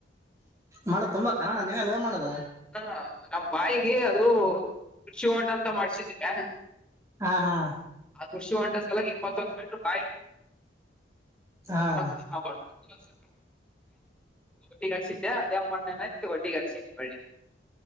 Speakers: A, on the right (about 15°); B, in the centre.
A: ಮಣ್ಣ ತುಂಬಾಕನ ಅಣ್ಣ ನೀವೆ ಲೋಡ್ ಮಾಡುದ.
B: <unintelligible> ನಮ್ಮ ಬಾವಿಗಿ ಅದು ಕೃಷಿಹೊಂಡ ಅಂತ ಮಾಡ್ಸಿದಿವ್ಯ.
A: ಹಾ ಹಾ.
B: ಆ ಕೃಷಿಹೊಂಡ ಸಲವಾಗಿ ಇಪ್ಪತ್ತೊಂದ ಮೀಟರ್ ಬಾವಿ.
A: ಹಾ ಅಣ್ಣ
B: <unintelligible> ಒಡ್ಡಿಗೆ ಹಾಕ್ಸಿದ್ದೆ ಅದೇ ಮಣ್ಣೆನೈತಿ ಒಡ್ಡಿಗೆ ಹಾಕ್ಸಿದ್ದೆ ಹೊಳ್ಳಿ.